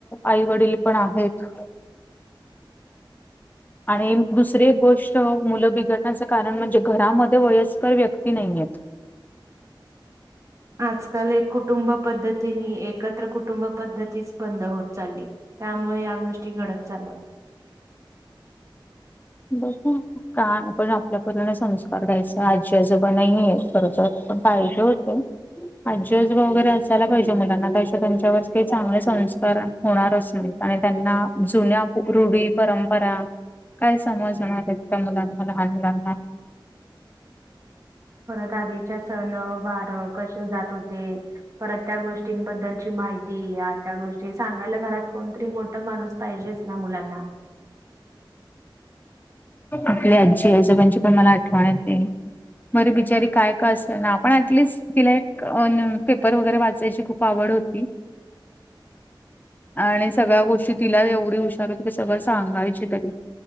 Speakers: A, on the left; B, on the right.
A: आई वडील पण आहेत. आणि दुसरी एक गोष्ट मुलं बिघडण्याचं कारण म्हणजे घरामध्ये वयस्कर व्यक्ती नाहीयेत.
B: आजकाल एक कुटुंब पद्धतीनी एकत्र कुटुंब पद्धतीच बंद होत चालली. त्यामुळे या गोष्टी घडत चालल्यात.
A: बघ का आपण आपल्यापरीन संस्कार द्यायचा, आजी आजोबा नाहीयेत. खरच पण पाहिजे होत. आजी आजोबा वगैरे असायला पाहिजे मुलांना, त्याशिवाय त्यांच्यावर काही चांगले संस्कार होणारच नाही आणि त्यांना जुन्या रुढी, परंपरा काय समजणार आहेत त्या मुलांना लहान मुलांना?
B: परत आधीच्या सण, वार कसे जात होते? परत त्या गोष्टींबद्दलची माहिती, या त्या गोष्टी सांगायला घरात कोणतरी मोठ माणूस पाहिजेच ना मुलांना?
A: आपली आजी आजोबांची पण मला आठवण येते. बर बिचारी काय का असे ना, पण ऍटलीस् तिला एक अ पेपर वगैरे वाचायची खूप आवड होती.
B: <inaudible>
A: आणि सगळ्या गोष्टी तिला एवढी हुशार हो ति सगळं सांगायची तरी